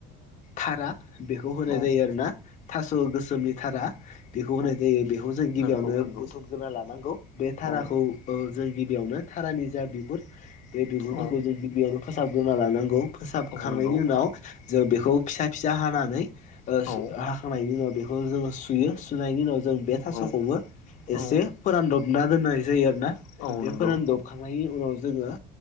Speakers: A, on the left; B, on the left.
A: थारा बेखौ होनाय
B: औ
A: जायो आरोना थास' गोसोमनि थारा। बेखौ होनाय जायो
B: औ
A: बेखौ जों गिबियावनो
B: नंगौ नंगौ
A: बुथुमग्रोना लानांगौ बे थाराखौ
B: औ
A: जों गिबियावनो थारानि जा बिगुर बे बिगुरफोरखौ
B: औ
A: जों गिबियावनो फोसाबग्रोना लानांगौ। फोसाबखांनायनि
B: औ नंगौ
A: उनाव जों बेखौ फिसा फिसा हानानै ओ
B: औ
A: हाखांनायनि उनाव बेखौ बेखौ जोङो सुयो सुनायनि उनाव जों बे
B: औ
A: थास'खौबो
B: औ
A: एसे फोरानदबना दोननाय जायो आरो।
B: औ
A: बे
B: नंगौ
A: फोरानदबखांनायनि उनाव जोङो